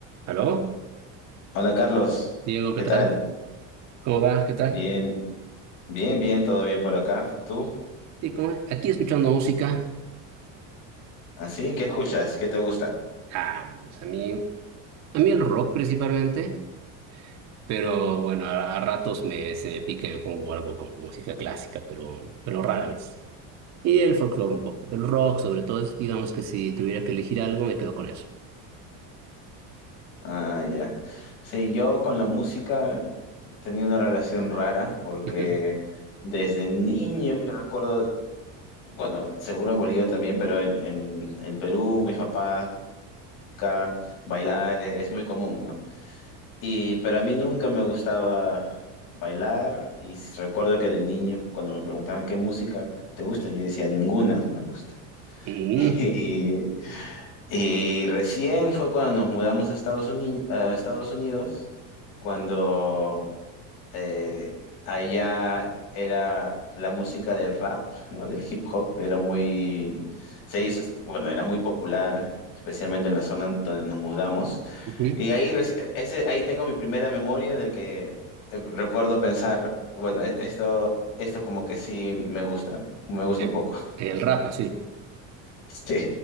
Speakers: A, on the right; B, on the left.
A: ¿Aló?
B: Hola Carlos,
A: Diego, ¿qué
B: ¿qué
A: tal?
B: tal?
A: ¿Cómo vas? ¿Qué tal?
B: Bien, bien, bien, todo bien por acá. ¿Tú?
A: ¿Y cómo es? Aquí escuchando música.
B: ¿Así? ¿Qué escuchas? ¿Qué te gusta?
A: Ah, pues a mí, a mí el rock principalmente, pero bueno, a, a ratos me, se me pica y me pongo algo como música clásica, pero, pero rara vez. Y el folclore un poco, pero el rock sobre todo es, digamos que si tuviera que elegir algo, me quedo con eso.
B: Ah, ya. Sí, yo con la música tenía una relación rara porque
A: Ujú.
B: desde niño yo recuerdo, bueno, seguro en Bolivia también, pero en, en, en Perú, mis papás, acá, bailar e-, es muy común, ¿no? Y, pero a mí nunca me gustaba bailar y s- recuerdo que de niño cuando me preguntaban qué música te gusta, yo decía ninguna me gusta. <laughs>
A: Mm,
B: Y, y recién fue cuando nos mudamos a Estados Unidos, a Estados Unidos, cuando eh, allá era la música del rap, ¿no? Del hip hop, era muy, se hizo, bueno, era muy popular, especialmente en la zona donde nos mudamos.
A: ujú.
B: Y ahí, reci- ese, ahí tengo mi primera memoria en el que eh, recuerdo pensar, bueno, e- esto, esto como que sí me gusta, ¿no? me gusta
A: El,
B: un poco.
A: el rap, así.
B: Sí.